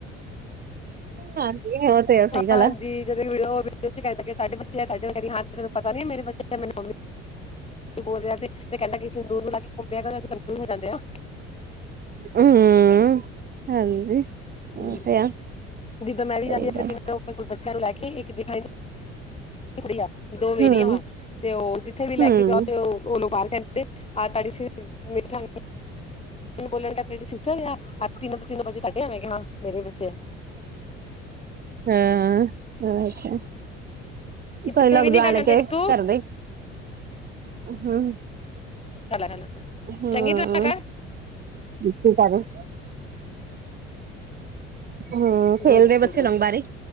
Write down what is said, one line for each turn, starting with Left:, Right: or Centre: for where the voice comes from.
Right: ਹਾਂਜੀ, ਉਹ ਤੇ ਹੈ ਸਹੀ ਗੱਲ
Left: ਹਾਂਜੀ
Right: ਆ।
Left: ਜਦੋਂ ਵੀਡੀਓ ਚ ਕਹਿੰਦਾ ਕਿ ਸਾਡੇ ਬੱਚੇ ਆ, ਤੁਹਾਡੇ ਵ ਹਾਂ, ਤੇ ਤੈਨੂੰ ਪਤਾ ਨੀ, ਮੇਰੇ ਬੱਚੇ ਮੈਂਨੂੰ ਮੰਮੀ ਬੋਲ ਰਿਹਾ। ਤੇ ਕਹਿੰਦਾ ਕਿ ਸਿਦੂੰਰ ਨੂੰ ਲਾ ਕੇ ਘੁੰਮੇ ਘਰਾਂ 'ਚ ਕੰਫਿਊਜ ਹੋ ਜਾਂਦੇ ਹਾਂ
Right: ਹਮ ਹਾਂਜੀ
Left: ਹਮ
Right: ਤੇ ਆ
Left: ਜਿੱਦਾਂ ਮੈਂ ਵੀ ਜਾਂਦੀ
Right: ਸਹੀ
Left: ਆਪਣੇ
Right: ਗੱਲ,
Left: ਤਿੰਨ ਬੱਚਿਆਂ ਨੂੰ ਲੈ ਕੇ ਇੱਕ ਦਿਖਾਈ ਇਕ ਕੁੜੀਆਂ, ਦੋ ਮੇਰੀਆਂ
Right: ਹੂੰ।
Left: ਤੇ ਉਹ ਜਿੱਥੇ ਵੀ ਲੈ
Right: ਹੂੰ
Left: ਕੇ ਜਾਓ ਤੇ ਉਹ ਲੋਂ ਬਾਹਰ ਕਹਿੰਦੇ ਆਹ ਤੜ ਮਿਠਨ ਮੈਨ ਬੋਲਣ ਡਡ ਤੇਰੀ ਸਿਸਟਰ ਆ ਤਿੰਨ ਤੋਂ ਤਿੰਨ ਬਜੇ ਤਾਡੇ ਆ ਮੈਂ ਕਿਹਾ ਹਾਂ ਮੇਰੇ ਬੱਚੇ ਆ
Right: ਹਾਂ ਅਛਾ
Left: ਕਿਤੇ
Right: ਕਈ ਲੋਕ
Left: ਵੀ ਨੀ
Right: ਜਾਣ
Left: ਬਹਿ ਜਾਂਦੇ
Right: ਕੇ
Left: ਬਿੱਟੂ
Right: ਕਰਦੇ ਹਮ
Left: ਚੱਲ ਚੱਲ
Right: ਹਮ,
Left: ਚੰਗੀ ਤਰ੍ਹਾਂ ਕਰ
Right: ਕੀ ਕਰ ਰਹੇ ਹਮ, ਖੇਲਦੇ
Left: ਗੁੱਡ ਗੁੱਡ
Right: ਬੱਚੇ
Left: ਗੁੱਡ
Right: ਲੰਬਾਰੇ